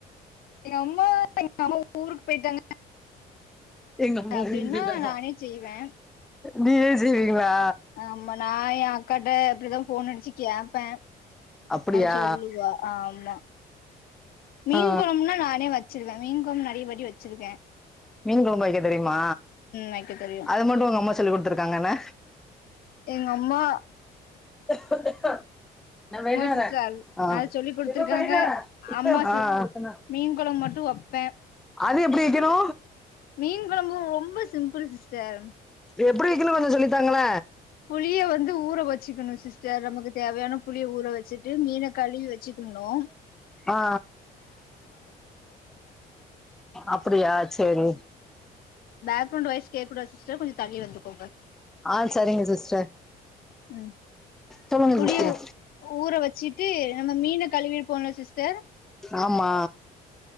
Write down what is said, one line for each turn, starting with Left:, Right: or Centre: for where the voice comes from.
Left: எங்க அம்மா எங்க அம்மா ஊருக்கு போயிட்டாங்க
Centre: எங்க அம்மா
Left: அப்டின்னா
Centre: ஊருக்கு போயிட்டாங்க
Left: நானே செய்வே
Centre: நீயே செய்வீங்களா
Left: ஆமா நா ஏ அக் காட்ட அப்டிதா ஃபோன் அடிச்சி கேப்பே
Centre: அப்படியா
Left: அவ சொல்லுவா ஆமா மீன்
Centre: ஆ
Left: கொலம்புனா நானே வெச்சிருவே மீன் கொழம்பு நெறையவாட்டி வெச்சிருக்கே
Centre: மீன் கொலம்பு வெக்க தெரிமா
Left: வைக்க தெரியு
Centre: அது மட்டு உங்க அம்மா சொல்லி குடுத்துருக்காங்கன்ன
Left: எங்கம்மா
Centre: ஹொக்க ஹொக்க நா போயிட்டு வரே
Left: சிஸ்டர்
Centre: ஆ..
Left: அது சொல்லி குடுத்துருக்காங்க
Centre: எப்பா போயிட்டு வரே
Left: அம்மா சி
Centre: ஆ. ஆ.
Left: மீன் கொழம்பு மட்டு வப்பே
Centre: அது எப்படி வெக்கணு
Left: மீன் கொழம்பு ரொம்ப சிம்பிள் சிஸ்டர்
Centre: எப்படி வெக்கன்னு கொஞ்சோ சொல்லித்தாங்கள
Left: புளிய வந்து ஊற வெச் சிக்கணு சிஸ்டர் நமக்கு தேவையான புளிய ஊற வெச்சிட்டு மீனக்கலுவி வெச்சிக்கணு
Centre: ஆ அப்படியா செரி
Left: பேக்ரவுண்ட் வாய்ஸ் கேக்கூடாது சிஸ்டர் கொஞ்சோ தள்ளி வந்துக்கோங்க
Centre: ஆ செரிங்க சிஸ்டர்
Left: ம்
Centre: சொல்லுங்க
Left: புளியு
Centre: சிஸ்டர்
Left: ஊற வெச்சிட்டு நம்ம மீன கலுவி போட்னு சிஸ்டர்
Centre: ஆமா